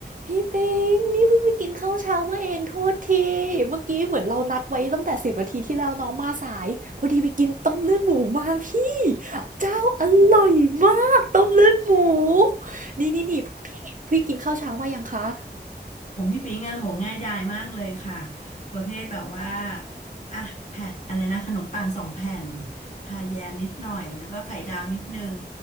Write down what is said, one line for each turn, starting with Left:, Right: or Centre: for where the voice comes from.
Right: พี่ปิงนี่เพิ่งไปกินข้าวเช้ามาเองโทษทีเมื่อกี้เหมือนเรานัดไว้ตั้งแต่สิบนาทีที่แล้วน้องมาสายพอดีไปกินต้มเลือดหมูมาพี่เจ้าอร่อยมากต้มเลือดหมูนี่นี่นี่พี่พี่กินข้าวเช้ามายังคะ
Left: ของพี่ปิงอะโหง่ายดายมากเลยค่ะประเภทแบบว่าอ่ะแผ่นอะไรนะขนมปังสองแผ่นทาแยมนิดหน่อยแล้วก็ไข่ดาวนิดนึง